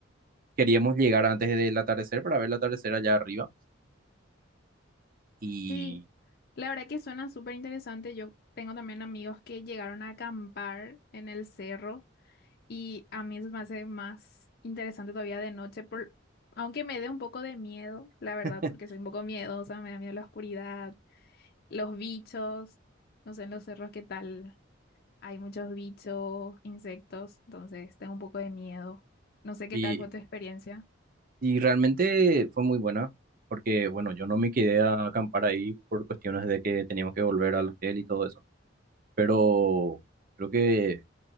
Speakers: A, on the right; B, on the left.
A: queríamos llegar antes del atardecer para ver el atardecer allá arriba y,
B: Sí, la verdad que suena súper interesante. Yo tengo también amigos que llegaron a acampar en el cerro y a mí eso me hace más interesante todavía de noche, por... aunque me dé un poco de miedo, la
A: <laughs>
B: verdad, porque soy un poco miedosa, me da miedo la oscuridad, los bichos, no sé, en los cerros qué tal, hay muchos bichos, insectos, entonces tengo un poco de miedo. No sé qué
A: y,
B: tal fue tu experiencia.
A: y realmente fue muy buena porque bueno, yo no me quedé a acampar ahí por cuestiones de que teníamos que volver al hotel y todo eso, pero creo que